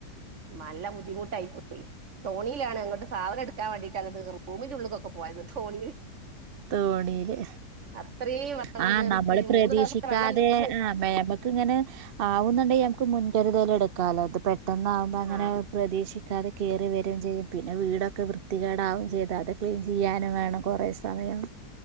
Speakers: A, on the right (about 50°); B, on the right (about 70°).
A: മല്ല ബുദ്ധിമുട്ട് ആയിപ്പോയി തോണിലാണ് അങ്ങോട്ട് സാധനം എടു നിക്കാവേണ്ടിട്ട് അങ്ങട്ട് റൂമിന്റെ ഉള്ള്ക്കൊക്കെ പോയത് തോണിയില്
B: തോണിയില്
A: അത്രയും വെള്ളം
B: ആഹ്
A: കേറിയിട്ട്
B: നമ്മള് പ്രതീക്ഷിക്കാതെ
A: മൂന്ന് ദിവസം വെള്ളം നിന്ന്
B: ആഹ് മേമ ക് ഇങ്ങനെ ആവുന്നുണ്ടെങ്കി ഞമുക്ക് മുൻകരുതല് എടുക്കാല്ലോ അത് പെട്ടെന്ന് ആവുമ്പോ അങ്ങനെ
A: ആ
B: പ്രതീക്ഷിക്കാതെ കേറി വെരും ചെയ്യും പിന്നെ വീടൊക്കെ വൃത്തികേടാവും ചെയ്താ അതെ ക്ലീൻ ചെയ്യാനും വേണം കൊറേ സ സമയം